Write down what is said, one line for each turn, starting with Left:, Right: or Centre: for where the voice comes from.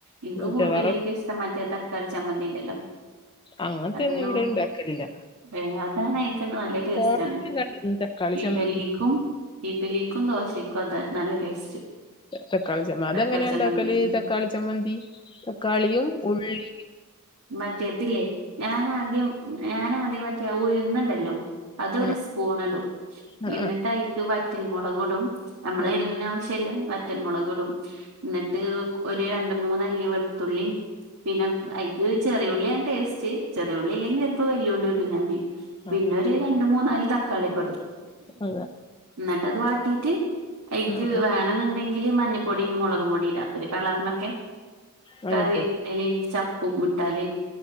Right: എനിക്ക്
Left: മറ്റേ
Right: കൂടുതലായിട്ടും
Left: വറവ്
Right: ഇഷ്ടം മറ്റേ തക്കാളി ചമ്മന്തി ഉണ്ടല്ലോ.
Left: അങ്ങനത്തെയൊന്നും
Right: അതാണ്
Left: ഇവിടെ ഇണ്ടാക്കലില്ല
Right: ഏഹ് അതാണ് ഐറ്റം നല്ല ടേസ്റ്റ്
Left: ഓണത്തിന്
Right: ആണ്
Left: കണ്ടിരുന്നു തക്കാളി
Right: ഇഡ്ഡലി.
Left: ചമ്മന്തി
Right: ക്കും ഇഡലിക്കും ദോശക്കും അതാ നല്ല ടേസ്റ്റ്.
Left: തക്കാളി ചമ്മ അതെ
Right: തക്കാളി
Left: എങ്ങനെയാ
Right: ചമ്മന്തി
Left: ഉണ്ടാക്കല്, തക്കാളി ചമ്മന്തി തക്കാളിയും ഉള്ളിയും.
Right: മറ്റേത്തില്ലേ ഞാൻ ആദ്യം. ഞാൻ ആദ്യം മറ്റേ ഉഴുന്നുയുണ്ടല്ലോ, അതൊരു
Left: ആ
Right: സ്പൂൺ ഇടും
Left: ആ
Right: എന്നിട്ട്
Left: ആ
Right: അതിൽ. എന്നിട്ട് വറ്റൽ മുളക് ഇടും, നമ്മള്
Left: ആ
Right: എരുവിന് ആവശ്യയുള്ള വറ്റൽ മുളക് ഇടും. എന്നിട്ട് ഒരു രണ്ട് മൂന്ന് അല്ലി വെളുത്തുള്ളി പിന്നെ അത്. ഉപ്പ് ചെറിയുള്ളിയാണ് ടേസ്റ്റ്, ചെറിയുള്ളി ഇല്ലെങ്കിൽ ചിലപ്പോ വലിയ ഉള്ളി ഇടും ഞാൻ
Left: ആ
Right: പിന്നൊരു.
Left: ആ
Right: രണ്ട് മൂന്ന് നാല് തക്കാളിയൊക്കെ ഇടും.
Left: അതെ
Right: എന്നിട്ട് അത് വാട്ടീട്ട് അയിക്ക്
Left: ആ
Right: വേണമെന്നുണ്ടെങ്കിൽ മഞ്ഞപ്പൊ പൊടിയും മുളക് പൊടിയുടെ ഒരു കളറിനൊക്കെ
Left: മഞ്ഞപ്പൊടി
Right: കറിവേപ്പില ചപ്പും ഇട്ടാല്.